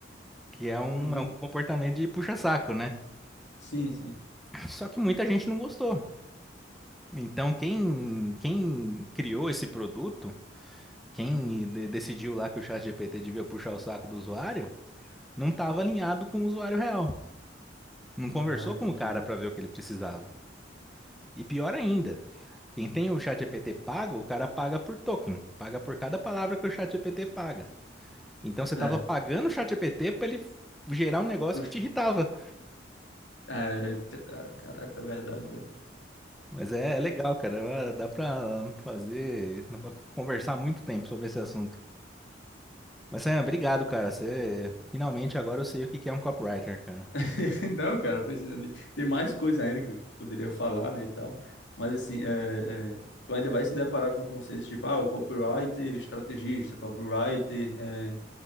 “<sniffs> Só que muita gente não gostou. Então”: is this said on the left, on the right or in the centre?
Centre